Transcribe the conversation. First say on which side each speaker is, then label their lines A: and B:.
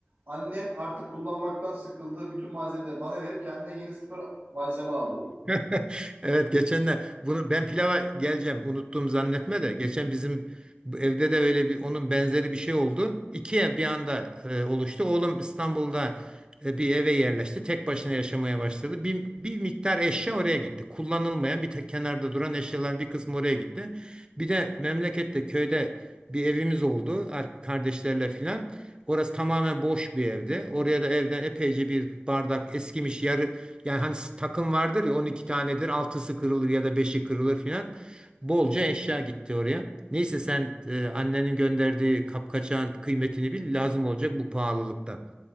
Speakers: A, on the right (about 75°); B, on the right (about 20°).
A: Annem artık kullanmaktan sıkıldığı bütün malzemeleri bana verip kendine yeni sıfır malzeme alıyor.
B: <laughs> Evet geçen de bunu ben pilava geleceğim unuttum zannetme de geçen bizim bu evde de öyle bir onun benzeri bir şey oldu. İki ev bir anda e, oluştu. Oğlum İstanbul'da e, bir eve yerleşti. Tek başına yaşamaya başladı. Bir, bir miktar eşya oraya gitti. Kullanılmayan bir tek kenarda duran eşyaların bir kısmı oraya gitti. Bir de memlekette köyde bir evimiz oldu ar- kardeşlerle filan. Orası tamamen boş bir evdi. Oraya da evden epeyce bir bardak eskimiş yarı yani hani takım vardır ya 12 tanedir altısı kırılır ya da beşi kırılır filan. Bolca eşya gitti oraya. Neyse sen e, annenin gönderdiği kapkaçağın kıymetini bil lazım olacak bu pahalılıkta.